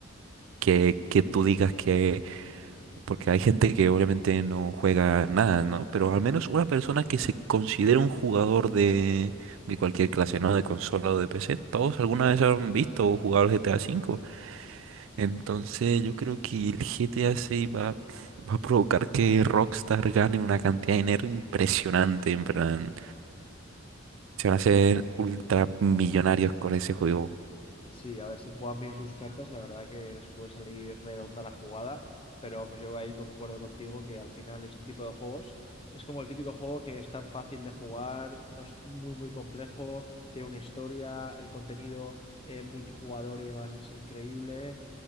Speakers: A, on the right (about 70°); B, on the left (about 25°).
A: Que, que tú digas que... Porque hay gente que obviamente no juega nada, ¿no? Pero al menos una persona que se considera un jugador de, de cualquier clase, ¿no? De consola o de PC, todos alguna vez han visto o jugado el GTA V. Entonces yo creo que el GTA 6 va, va a provocar que Rockstar gane una cantidad de dinero impresionante, en plan. Se van a hacer ultramillonarios con ese juego.
B: Sí, a ver, si juegan bien sus cartas, la verdad que les puede salir redonda la jugada, pero vamos, yo ahí concuerdo contigo que al final este tipo de juegos es como el típico juego que es tan fácil de jugar, no es muy muy complejo, tiene una historia, el contenido eh, multijugador y demás es increíble.